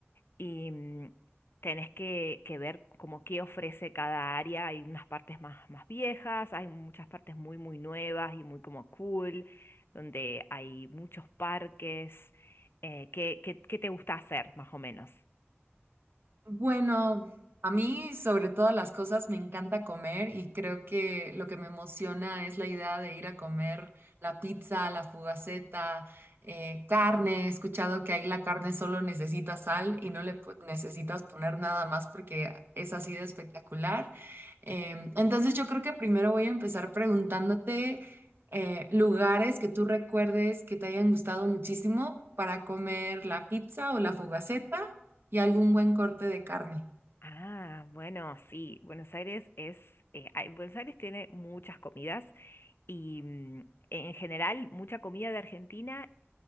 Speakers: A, on the left; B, on the right.
A: y mm, tenés que, que ver como qué ofrece cada área. Hay unas partes más, más viejas, hay muchas partes muy, muy nuevas y muy como cool, donde hay muchos parques. Eh, ¿qué, qué, qué te gusta hacer, más o menos?
B: Bueno, a mí sobre todas las cosas me encanta comer y creo que lo que me emociona es la idea de ir a comer la pizza, la fugaceta, eh, carne. He escuchado que ahí la carne solo necesita sal y no le pu- necesitas poner nada más porque es así de espectacular. Em, entonces yo creo que primero voy a empezar preguntándote eh, lugares que tú recuerdes que te hayan gustado muchísimo para comer la pizza o la fugaceta y algún buen corte de carne.
A: Ah, bueno, sí, Buenos Aires es, eh, hay- Buenos Aires tiene muchas comidas y mm, en general mucha comida de Argentina